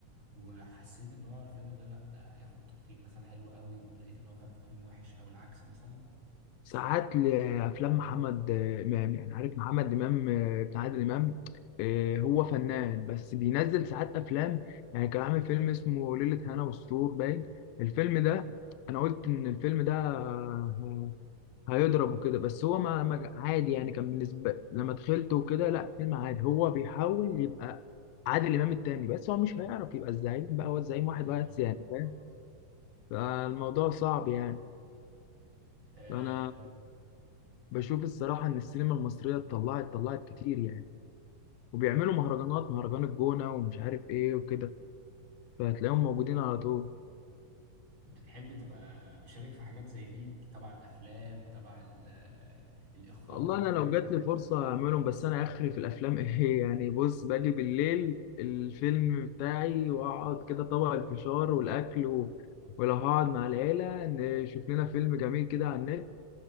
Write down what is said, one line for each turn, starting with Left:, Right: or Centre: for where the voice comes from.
Right: وحسيت ان هو الفيلم ده لا ده هياخد تقييم مثلا حلو قوي ولقيت ان هو خد تقييم وحش او العكس مثلا
Left: ساعات لافلام محمد آه، امام يعني عارف محمد امام آه، بتاع عادل امام آه، هو فنان بس بينزل ساعات افلام يعني كان عامل فيلم اسمه ليلة هنا والسرور باين الفيلم ده انا قلت ان الفيلم ده آه، هيضرب وكده بس هو ما ما- عادي يعني كان بالنسبة لما دخلته وكده لا فيلم عادي هو بيحاول يبقى عادل امام التاني بس هو مش هيعرف يبقى الزعيم بقى هو الزعيم واحد
Right: ايوه
Left: بس
Right: طبعا
Left: يعني فاهم
Right: خلاص
Left: فالموضوع صعب يعني
Right: آه،
Left: فانا
Right: طب
Left: بشوف الصراحه ان السينما المصريه طلعت طلعت كتير يعني وبيعملوا
Right: أكيد.
Left: مهرجانات مهرجان الجونه ومش عارف ايه وكده فهتلاقيهم موجودين على طول
Right: كنت تحب تبقى مشارك في حاجات زي دي تبع الافلام وتبع ال- آه، الاخراج
Left: والله
Right: والحاجات
Left: انا لو
Right: دي
Left: جات لي فرصه اعملهم بس انا اخري في الافلام <laughs> ايه يعني بص باجي بالليل الفيلم بتاعي واقعد كده طبق الفشار والاكل و... ولو هقعد مع العيله نشوف لنا فيلم جميل كده على النت